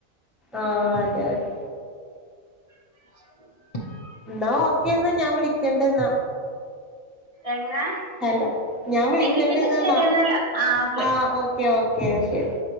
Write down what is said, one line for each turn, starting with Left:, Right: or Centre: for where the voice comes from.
Centre: ആഹ് അതെ അതെ
Left: <inaudible>
Centre: എന്നാ ഓക്കെ എന്നാ ഞാൻ വിളിക്കണ്ട്ന്നാ
Left: എങ്ങനെ
Centre: ഹലോ ഞാൻ വിളിക്കണ്ടന്നാ
Left: എങ്കി പിന്നെ ശരിയെന്നല്ല ഓക്കെ
Centre: ആഹ് ഓക്കേ ഓക്കേ ശരി